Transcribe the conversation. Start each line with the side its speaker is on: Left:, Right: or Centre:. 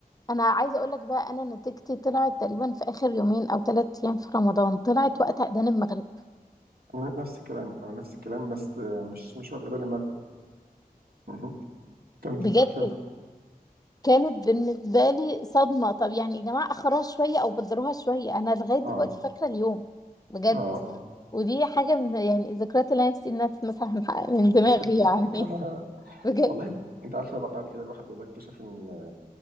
Left: انا عايزه اقول لك بقى انا نتيجتي طلعت تقريبا في اخر يومين او ثلاث ايام في رمضان طلعت وقت اذان المغرب
Right: أنا نفس الكلام أنا نفس الكلام بس آه، مش مش وقت أذان المغرب <laughs> كانت
Left: بجد
Right: كانت-
Left: كانت بالنسبه لي صدمه طب يعني يا جماعه اخروها شويه او بدروها شويه انا لغايه دلوقتي
Right: اه
Left: فاكره اليوم بجد
Right: اه اه
Left: ودي حاجة من يعني الذكريات اللي أنا نفسي إنها تتمسح من من دماغي
Right: <laughs>
Left: يعني <laughs> بجد
Right: والله انت عارفه بقى بعد كده الواحد والله اكتشف ان